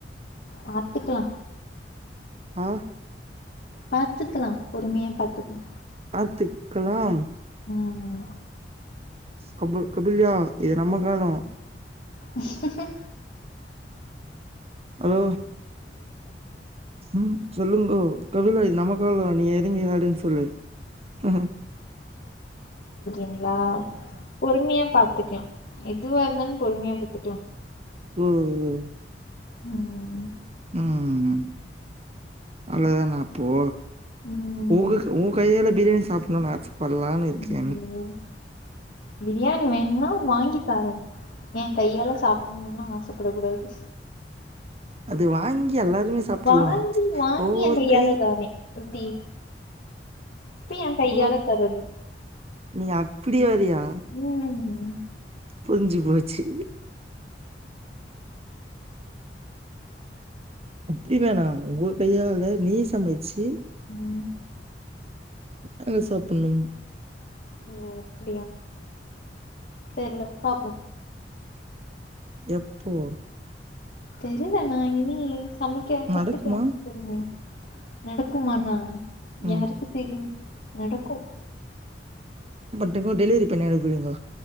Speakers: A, on the left; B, on the right.
A: பாத்துக்லா
B: ஆஹ்
A: பாத்துக்கலா பொறுமையா பாத்துக்லா
B: பாத்துக்லாம்
A: ம்
B: கபுல் கபுல்யா இது நம்ம காலோ
A: அஷக்கு சார்
B: அலோ ம் சொல்லுங்கோ கபிலா இது நம்ம காலோ நீ எறங்கி ஆடுன் சொல்லு ஹம்
A: ங்களா பொறுமையா பாத்துக்லா எதுவா இருந்தாலும் பொறுமையா பாத்துக்லா
B: ம் ம்
A: ம்
B: ம் அவ்ளோதானா அப்போ
A: ம்
B: உங்ககு உன் கையால பிரியாணி சாப்பட்ணுன்னு ஆசப்பட்லானிருக்கன்
A: ம் பிரியாணி வேணுனா வாங்கி தாரே என் கையால சாப்பட்ணுன் லா ஆசப்படக் கூடாது
B: அது வாங் கி எல்லாருமே சாப்ட்ரல்லா
A: வாங்கி வாங்கி
B: ஒவ்வொரு
A: எ கையால
B: கை
A: தாரே எப்டி இப்ப என் கையால
B: ஓ
A: தர்றது
B: நீ அப்பிடி வறியா
A: ம்
B: புரிஞ்சு போச்சு அப்டி வேணா உங்க கையால நீ சமச்சு
A: ம்
B: நாங்க சாப்ணும்
A: ஓ அப்டியா தெரில பாப்போ
B: எப்போ
A: தெர்ல நா இனி சமைக்க கத்துக்குவ
B: நடக்குமா
A: பொறுமையா நடக்குமானா
B: ம்
A: யாருக்கு தெரியு நடக்கு
B: ப்போ டெலிவரி பண்ணி அனுப்ப விடுங்கோ